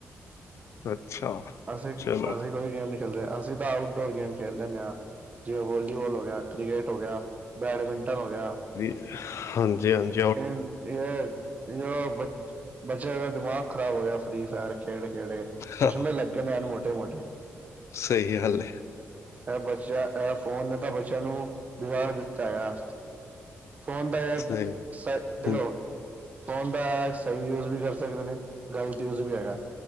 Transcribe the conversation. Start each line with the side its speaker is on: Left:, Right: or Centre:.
Left: ਅੱਛਾ
Right: ਅਸੀਂ-ਅਸੀਂ
Left: ਚਲੋ
Right: ਕੋਈ ਗੇਮ ਨੀ ਖੇਲਦੇ ਅਸੀਂ ਤਾਂ ਆਊਟਡੋਰ ਗੇਮ ਖੇਲ ਲੈਂਦੇ ਹਾਂ, ਜਿਵੇਂ ਵੋਲੀਬਲ ਹੋ ਗਿਆ ਕ੍ਰਿਕਟ ਹੋ ਗਿਆ, ਬੈਡਮਿੰਟਨ ਹੋ ਗਿਆ
Left: ਹਾਂਜੀ-ਹਾਂਜੀ
Right: ਤੀਨ ਇਹ, ਸੀਰਾਫਤ ਬੱਚਾ ਦਾ ਦਿਮਾਗ ਖ਼ਰਾਬ ਹੋ ਗਿਆ ਫ੍ਰਰੀ ਫਾਯਰ ਖੇਡ-ਖੇਡੇ, ਚਸ਼ਮੇ
Left: ਹਾਂ
Right: ਲੱਗੇ ਨੇ ਹਨ ਮੋਟੇ-ਮੋਟੇ-
Left: ਸਹੀ ਹੈ ਹਾਲ।
Right: ਇਹ ਬੱਚਿਆਂ ਇਹ ਫੋਨ ਨੇ ਤਾਂ ਬੱਚਿਆਂ ਨੂੰ ਵਿਗਾੜ ਦਿੱਤਾ ਹੈ। ਫੋਨ ਦਾ
Left: ਸਹੀ
Right: ਸੀਆਪਾ
Left: ਹੂੰ
Right: ਫੋਨ ਦਾ ਸਹੀ ਯੂਜ ਵੀ ਕਰ ਸਕਦੇ ਨੇ, ਗ਼ਲਤ ਯੂਜ ਵੀ ਹੈਗਾ।